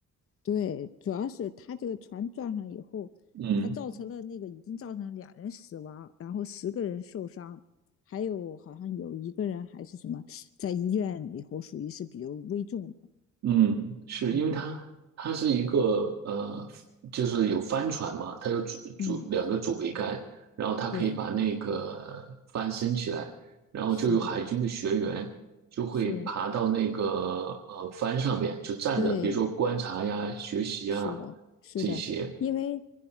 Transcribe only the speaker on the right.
嗯。
嗯，是因为它它是一个呃，
就是有帆船嘛，它有主主两个主桅杆，
然后它可以把那个帆升起来，
然后就有海军的学员就会爬到那个呃帆上面，
就站着，
比如说观察呀、学习啊
这些，